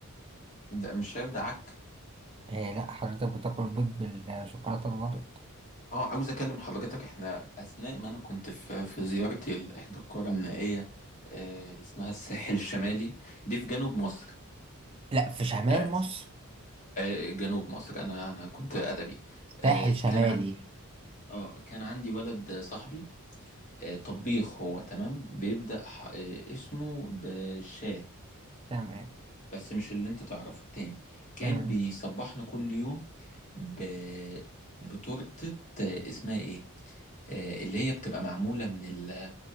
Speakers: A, on the left (about 35°); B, on the right (about 25°).
A: ده مش شايف ده عك
B: آه لا حضرتك بتاكل بيض بالشوكولاته الابيض
A: اه عاوز اكلم حضرتك احنا اثناء ما انا كنت في في زيارتي لاحدى القرى النائية آه، اسمها الساحل الشمالي دي في جنوب مصر
B: لا في شمال
A: آه،
B: مصر
A: آه، جنوب مصر انا انا كنت ادبي آه،
B: ساحل شمالي
A: كان عندي اه كان عندي ولد صاحبي آه، طبيخ هو تمام بيبدأ ح- آه، اسمه بشاه
B: تمام
A: بس مش اللي انت تعرفه التاني كان
B: تمام
A: بيصبحنا كل يوم ب... بتورتة آه، اسمها ايه آه، اللي هي بتبقى معمولة من ال...